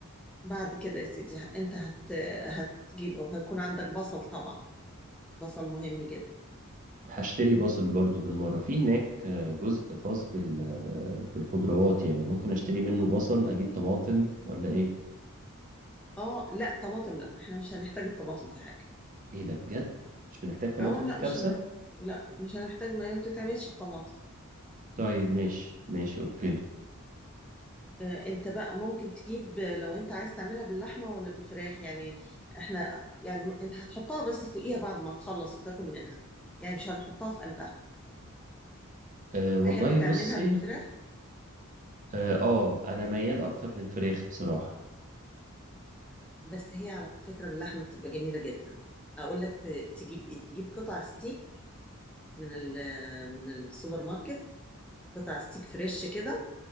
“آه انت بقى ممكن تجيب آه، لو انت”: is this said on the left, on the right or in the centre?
Centre